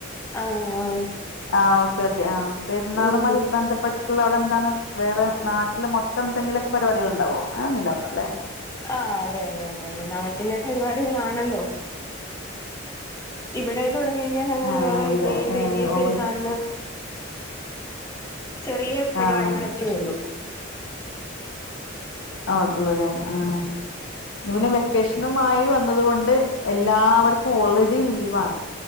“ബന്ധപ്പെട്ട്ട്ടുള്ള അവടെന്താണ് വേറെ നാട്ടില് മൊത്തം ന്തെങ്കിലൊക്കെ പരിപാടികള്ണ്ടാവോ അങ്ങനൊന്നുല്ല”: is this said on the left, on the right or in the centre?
Left